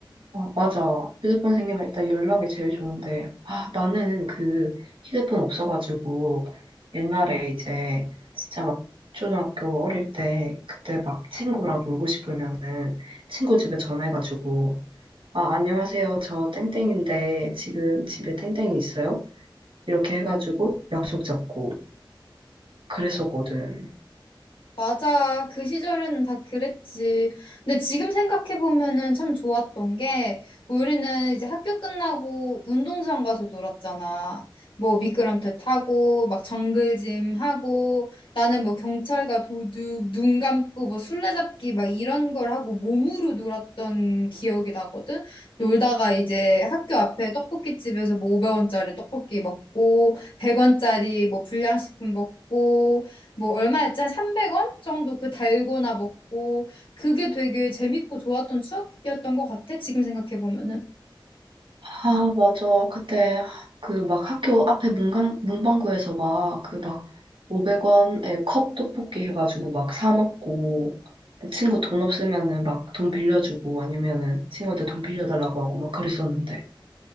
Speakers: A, on the right (about 85°); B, on the left (about 80°).
A: 맞아. 휴대폰 생기면 일단 연락이 제일 좋은데. 아, 나는 그 휴대폰 없어가지고 옛날에 이제 진짜 막 초등학교 어릴 때 그때 막 친구랑 놀고 싶으면은 친구 집에 전화해가지고 아, 안녕하세요. 저 땡땡인데 지금 집에 땡땡이 있어요? 이렇게 해가지고 약속 잡고 그랬었거든.
B: 맞아. 그 시절에는 다 그랬지. 근데 지금 생각해보면은 참 좋았던 게, 우리는 이제 학교 끝나고 운동장 가서 놀았잖아. 뭐 미끄럼틀 타고, 막 정글짐 하고, 나는 뭐 경찰과 도둑, 눈 감고 뭐 술래잡기 막 이런 걸 하고 몸으로 놀았던 기억이 나거든? 놀다가 이제 학교 앞에 떡볶이집에서 뭐 500원짜리 떡볶이 먹고, 100원짜리 뭐 불량식품 먹고, 뭐 얼마였지? 한 300원 정도 그 달고나 먹고 그게 되게 재밌고 좋았던 추억이었던 것 같아. 지금 생각해 보면은.
A: 아, 맞아. 그때 그 막 학교 앞에 문강, 문방구에서 막 그 막 500원에 컵 떡볶이 해가지고 막 사 먹고 막 친구 돈 없으면은 막 돈 빌려주고 아니면은 친구한테 돈 빌려달라고 하고 막 그랬었는데.